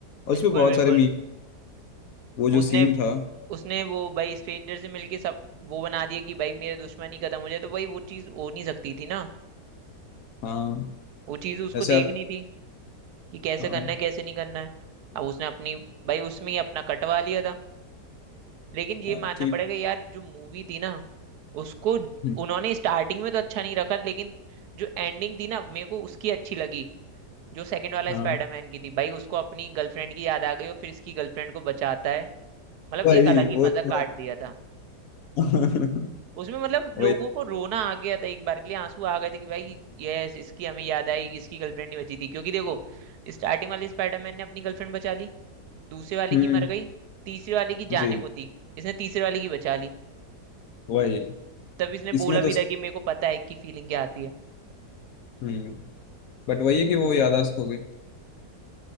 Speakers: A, on the right; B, on the left.
A: बिल्कुल
B: उसमें बहुत
A: बिल्कुल
B: सारे मी वो जो
A: उसने
B: सीन था
A: उसने वो भाई स्ट्रेंजर से मिलके सब वो बना दिया कि भाई मेरे दुश्मनी खत्म हो जाए तो भाई वो चीज हो नहीं सकती थी ना
B: हाँ
A: वो चीज उसको
B: वैसे
A: देखनी
B: आप
A: थी कि कैसे
B: हाँ
A: करना है कैसे नहीं करना है अब उसने अपनी भाई उसमें ही अपना कटवा लिया था लेकिन ये
B: हाँ,
A: मानना
B: ठीक
A: पड़ेगा यार जो मूवी थी ना उसको
B: हम्म,
A: उन्होंने स्टार्टिंग में तो अच्छा नहीं रखा लेकिन जो एंडिंग थी ना मेरे को उसकी अच्छी लगी जो सेकंड वाला
B: हाँ
A: स्पाइडरमैन की थी भाई उसको अपनी गर्लफ्रेंड की याद आ गई और फिर इसकी गर्लफ्रेंड को बचाता है मतलब
B: वही
A: एक अलग ही
B: वो
A: मजा
B: तो
A: काट
B: है।
A: दिया था
B: <laughs>
A: उसमें मतलब
B: वही
A: लोगों को रोना आ गया था एक बार के लिए आंसू आ गए थे कि भाई यस इसकी हमें याद आई इसकी गर्लफ्रेंड नहीं बची थी क्योंकि देखो स्टार्टिंग वाले स्पाइडरमैन ने अपनी गर्लफ्रेंड बचा ली दूसरे वाले
B: हम्म
A: की मर गई तीसरे वाले की जाने
B: जी
A: को थी इसने तीसरे वाले की बचा ली
B: वही
A: तब इसने
B: इसमें
A: बोला
B: तो
A: भी था कि मेरे को पता है कि फीलिंग क्या आती है
B: हम्म बट वही है कि वो याददाश्त हो गई